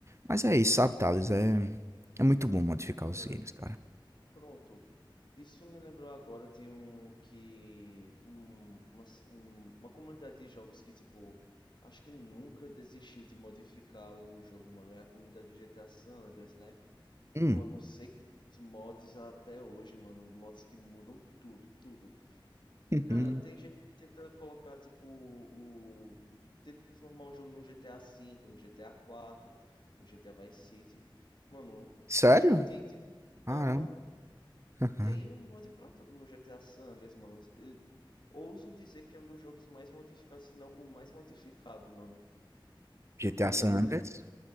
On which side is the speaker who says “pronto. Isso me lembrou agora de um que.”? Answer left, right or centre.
Left